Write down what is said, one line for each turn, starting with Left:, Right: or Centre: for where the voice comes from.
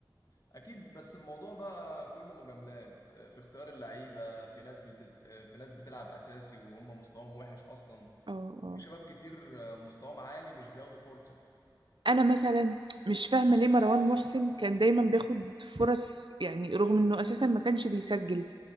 Left: اكيد بس الموضوع بقى كله مجاملات في اختيار اللعيبه في ناس بتت... في ناس بتلعب اساسي وهم مستواهم وحش اصلا
Right: اه
Left: وفي
Right: اه
Left: شباب كتير مستواهم عالي مش بياخدوا فرصه
Right: انا مثلا مش فاهمة ليه مروان محسن كان دايما بياخد فرص يعني رغم انه اساسا ما كانش بيسجل